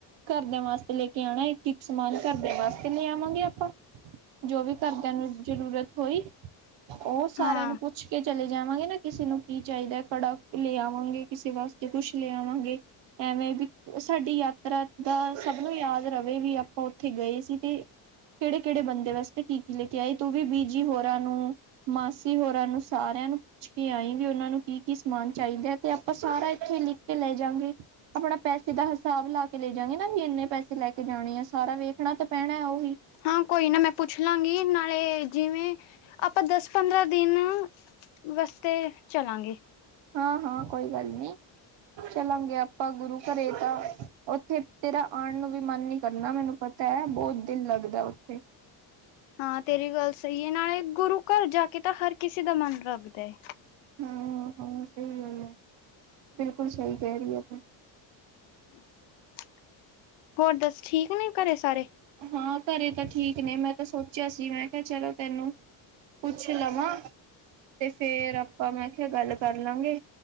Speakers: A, on the right; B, on the left.
A: ਘਰਦਿਆਂ ਵਾਸਤੇ ਲੈਕੇ ਆਉਣਾ। ਇੱਕ -ਇੱਕ ਸਮਾਨ ਘਰਦ ਵਾਸਤੇ ਕੇ ਲੈ ਆਵਾਂਗੇ ਆਪਾਂ। ਜੋ ਵੀ ਘਰ ਦਿਆ ਨੂੰ ਜ਼ਰੂਰਤ ਹੋਈ ਉਹ ਸਾਰਿਆਂ
B: ਹਾਂ
A: ਨੂੰ ਪੁੱਛ ਕੇ ਚਲੇ ਜਾਵਾਂਗੇ ਨਾ। ਕਿਸੇ ਨੂੰ ਕਿ ਚਾਹੀਦਾ ਹੈ? ਕੜਾ ਲਿਆਵਾਂਗੇ, ਕਿਸੇ ਵਾਸਤੇ ਕੁੱਛ ਲਿਆਵਾਂਗੇ, ਐਵੇਂ ਵੀ ਸਾਡੀ ਯਾਤਰਾ ਦਾ ਸਭ ਨੂੰ ਯਾਦ ਰਵੇ ਵੀ ਆਪਾਂ ਉੱਥੇ ਗਏ ਸੀ। ਤੇ ਕਿਹੜੇ- ਕਿਹੜੇ ਬੰਦੇ ਵਾਸਤੇ ਕਿ -ਕਿ ਲੈ ਕੇ ਆਏ। ਤੂੰ ਵੀ ਬੀਜੀ ਹੋਰਾਂ ਨੂੰ, ਮਾਸੀ ਹੋਰਾਂ ਨੂੰ, ਸਾਰਿਆਂ ਨੂੰ ਪੁੱਛ ਕੇ ਆਈ ਵੀ ਉਹਨਾਂ ਨੂੰ, ਕਿ -ਕਿ ਸਮਾਨ ਚਾਹੀਦਾ ਹੈ? ਤੇ ਆਪਾਂ ਸਾਰਾ ਇੱਥੇ ਲਿਖ ਕੇ ਲੈ ਜਾਗੇ। ਆਪਣਾ ਪੈਸੇ ਦਾ ਹਿਸਾਬ ਲਾ ਕੇ ਲੈ ਜਾਗੇ ਨਾ ਵੀ ਇੰਨੇ ਪੈਸੇ ਲੈ ਕੇ ਜਾਣੇ ਆ। ਸਾਰਾ ਵੇਖਣਾ ਤਾਂ ਪੈਣਾ ਉਹੀ
B: ਹਾਂ, ਕੋਈ ਨਾ ਮੈਂ ਪੁੱਛ ਲਾਂਗੀ ਨਾਲੇ ਜਿਵੇਂ ਆਪਾਂ ਦਸ -ਪੰਦਰਾਂ ਦਿਨ ਵਾਸਤੇ ਚਲਾਂਗੇ।
A: ਹਾਂ- ਹਾਂ, ਕੋਈ ਗੱਲ ਨੀ। ਚਲਾਂਗੇ ਆਪਾਂ ਗੁਰੂ ਘਰੇ ਤਾਂ ਉੱਥੇ ਤੇਰਾ ਆਉਣ ਨੂੰ ਵੀ ਮਨ ਨੀ ਕਰਨਾ ਮੈਨੂੰ ਪਤਾ ਬਹੁਤ ਦਿਲ ਲਗਦਾ ਉੱਥੇ।
B: <inaudible> ਹਾਂ, ਤੇਰੀ ਗੱਲ ਸਹੀ ਹੈ। ਨਾਲੇ ਗੁਰੂ ਘਰ ਜਾ ਕੇ ਤਾਂ ਹਰ ਕਿਸੇ ਦਾ ਮਨ ਲੱਗਦਾ ਹੈ।
A: ਹੂ -ਹੂ -ਹੂ! ਸਹੀ ਗੱਲ ਬਿਲਕੁਲ ਸਹੀ ਕਹਿ ਰਹੀ ਹੈ।
B: <inaudible> ਹੋਰ ਦੱਸ, ਠੀਕ ਨੇ ਘਰੇ ਸਾਰੇ?
A: ਹਾਂ ਘਰੇ ਤਾਂ ਠੀਕ ਨੇ। ਮੈਂ ਤਾਂ ਸੋਚਿਆ ਸੀ। ਮੈਂ ਕਿਹਾ ਚਲੋ ਤੈਨੂੰ ਪੁੱਛ ਲਵਾਂ। ਤੇ ਫੇਰ ਆਪਾਂ ਮੈਂ ਕਿਹਾ ਗੱਲ ਕਰ ਲਾਂਗੇ